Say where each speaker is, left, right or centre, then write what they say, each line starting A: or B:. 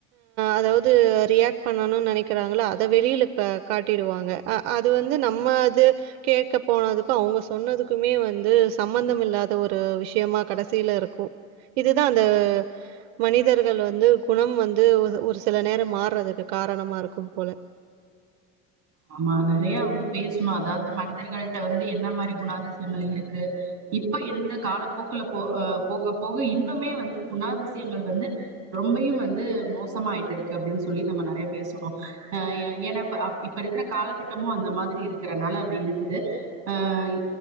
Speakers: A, on the right (about 80°); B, on the right (about 45°).
A: அதாவது ரியாக்ட் பண்ணணும்னு நினைக்க அத வெளியில காட்டிரூவாங்க அது வந்து நம்ம அது கேட்க போனதுக்கும் அவங்க சொன்னதுக்குமே வந்து சம்பந்தம் இல்லாத ஒரு விஷயமா கடைசியில இருக்கும் இதுதான் அந்த மனிதர்கள் வந்து குணம் வந்து ஒரு சில நேரம் மாறுறதுக்கு காரணமா இருக்கும் ம் போல
B: ஆமா நிறைய வந்து பேசணும் அதாவது மனிதர்களிட்ட வந்து என்ன மாரி குணாதிசயங்கள் இருக்கு இப்ப எந்த காலப்போக்குல போஹ் போக போக இன்னுமே வந்து குணாதிசயங்கள் வந்து ரொம்பையும் வந்து மோசமாயிட்டு இருக்கு அப்படின்னு சொல்லி நம்ம நிறைய பேசணும் அஹ் ஏன்னாப்ப இப்ப இருக்கிற காலகட்டமும் அந்த மாதிரி இருக்கிறனால அப்படி இருக்குது அஹ்